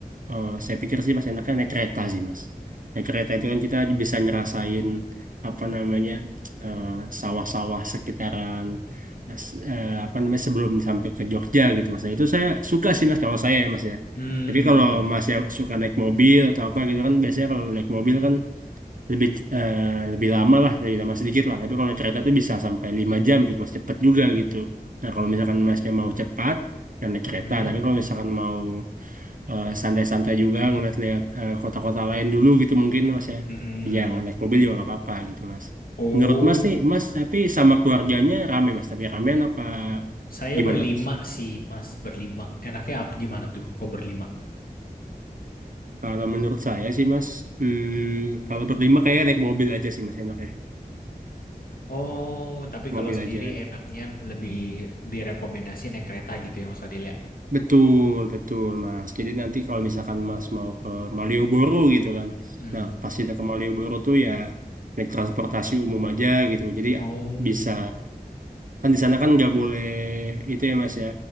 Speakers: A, on the right; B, on the left.
A: eh, saya pikir sih mas enaknya naik kereta sih mas. Naik kereta itu kan kita bisa ngerasain apa namanya eh, sawah-sawah sekitaran eh, s- eh, apa namanya sebelum sampai ke Jogja gitu mas. Nah, itu saya suka sih mas kalau saya ya mas ya.
B: Hmm,
A: Tapi kalau mas ya suka naik mobil atau apa gitu kan biasanya kalau naik mobil kan lebih eh, lebih lama lah lebih lama sedikit lah tapi kalau kereta itu bisa sampai 5 jam gitu mas cepet juga gitu nah kalau misalkan masnya mau cepat yang naik
B: mm-mm,
A: kereta tapi kalau misalkan mau eh, santai-santai juga ngeliat-liat eh, kota-kota lain dulu gitu mungkin mas ya
B: mm-mm.
A: ya nggak naik mobil juga nggak apa-apa gitu mas
B: Oh,
A: menurut mas nih mas tapi sama keluarganya rame mas tapi ramean apa
B: saya
A: gimana
B: berlima
A: mas
B: sih, Mas. Berlima. Enaknya apa gimana tuh? Kok berlima?
A: kalau menurut saya sih mas hmm, kalau berlima kayak naik mobil aja sih mas enaknya
B: Oh, tapi
A: mobil
B: kalau sendiri
A: aja
B: enaknya lebih direkomendasi naik kereta gitu ya Mas Fadil ya?
A: Betul, betul, Mas. Jadi nanti kalau misalkan Mas mau ke Malioboro gitu kan.
B: Hmm.
A: Nah, pas kita ke Malioboro tuh ya naik transportasi umum aja gitu. Jadi
B: Oh,
A: bisa kan di sana kan nggak boleh itu ya Mas ya